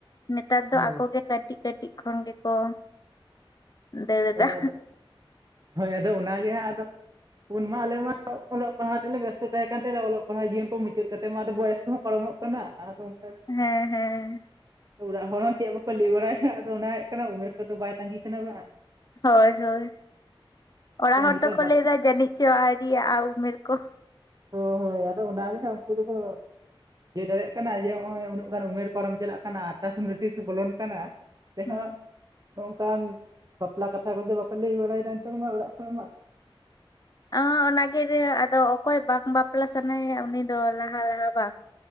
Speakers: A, on the left; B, on the right.
A: ᱱᱮᱛᱟᱨ ᱫᱚ
B: ᱦᱳᱭ
A: ᱟᱠᱚ ᱜᱮ ᱠᱟᱹᱴᱤᱡ ᱠᱟᱹᱴᱤᱡ ᱠᱷᱚᱱ ᱜᱮᱠᱚ᱾ ᱫᱟᱹᱲ
B: ᱦᱳᱭ
A: ᱮᱫᱟ
B: ᱟᱫᱚ, ᱦᱳᱭ ᱟᱫᱚ ᱚᱱᱟᱜᱮ ᱦᱟᱸᱜ ᱟᱫᱚ, ᱩᱱ ᱢᱟ ᱟᱞᱮ ᱢᱟ᱾ ᱚᱞᱚᱜ ᱯᱟᱲᱦᱟᱜ ᱛᱮᱞᱮ ᱵᱮᱥᱛᱚ ᱛᱟᱦᱮᱸ ᱠᱟᱱ ᱛᱟᱞᱮᱭᱟ ᱚᱞᱚᱜ ᱯᱟᱲᱦᱟᱣ ᱡᱤᱭᱚᱱ ᱠᱚ ᱢᱩᱪᱟᱹᱫ ᱠᱟᱛᱮᱫ ᱢᱟ ᱟᱫᱚ ᱵᱚᱭᱮᱥ ᱠᱚᱦᱚᱸ ᱯᱟᱨᱚᱢᱚᱜ ᱠᱟᱱᱟ ᱟᱫᱚ ᱚᱱᱠᱟ ᱛᱮ᱾
A: ᱦᱮᱸ ᱦᱮᱸ᱾
B: ᱚᱲᱟᱜ ᱦᱚᱲ ᱦᱚᱸ ᱪᱮᱫ ᱵᱟᱠᱚ ᱞᱟᱹᱭ ᱵᱟᱲᱟᱭᱟ ᱦᱟᱸᱜ ᱟᱫᱚ ᱚᱱᱟ ᱦᱩᱭᱩᱜ ᱠᱟᱱᱟ ᱩᱢᱮᱨ ᱠᱚᱫᱚ ᱵᱟᱭ ᱛᱟᱺᱜᱤ ᱠᱟᱱᱟ ᱵᱟᱝ᱾
A: ᱦᱳᱭ ᱦᱳᱭ, ᱚᱲᱟᱜ ᱦᱚᱲ
B: ᱱᱮᱛᱟᱨ
A: ᱫᱚᱠᱚ
B: ᱵᱟᱠᱚ
A: ᱞᱟᱹᱭ ᱫᱟ ᱡᱟᱹᱱᱤᱡ ᱪᱚ ᱟᱹᱣᱨᱤ ᱭᱟᱜ-ᱟ ᱩᱢᱮᱨ ᱠᱚ᱾
B: ᱚ ᱦᱳᱭ, ᱟᱫᱚ ᱚᱱᱟ ᱜᱮ ᱦᱟᱸᱜ ᱩᱱᱠᱚ ᱫᱚ ᱠᱚ ᱾ ᱤᱭᱟᱹ ᱫᱟᱲᱮᱭᱟᱜ ᱠᱟᱱᱟ ᱡᱮ ᱱᱚᱜ-ᱚᱭ ᱩᱱᱟᱹᱜ ᱜᱟᱱ ᱩᱢᱮᱨ ᱯᱟᱨᱚᱢ ᱪᱟᱞᱟᱜ ᱠᱟᱱᱟ ᱟᱨᱫᱟᱥ ᱱᱩᱴᱤᱥ ᱵᱚᱞᱚᱱ ᱠᱟᱱᱟ᱾ ᱛᱮ
A: ᱦᱩᱸ
B: ᱦᱚᱸ, ᱱᱚᱝᱠᱟᱱ ᱵᱟᱯᱞᱟ ᱠᱟᱛᱷᱟ ᱠᱚᱫᱚ ᱵᱟᱯᱮ ᱞᱟᱹᱭ ᱵᱟᱲᱟᱭᱫᱟ ᱮᱱᱛᱮ ᱢᱟ ᱚᱲᱟᱜ ᱠᱚᱨᱮ ᱢᱟ᱾
A: ᱚᱸ ᱚᱱᱟᱜᱮ ᱟᱫᱚ ᱚᱠᱚᱭ ᱵᱟᱝ ᱵᱟᱯᱞᱟ ᱥᱟᱱᱟᱭᱮᱭᱟ ᱩᱱᱤ ᱫᱚ ᱞᱟᱦᱟᱸ ᱞᱟᱦᱟᱸ ᱵᱟᱝ᱾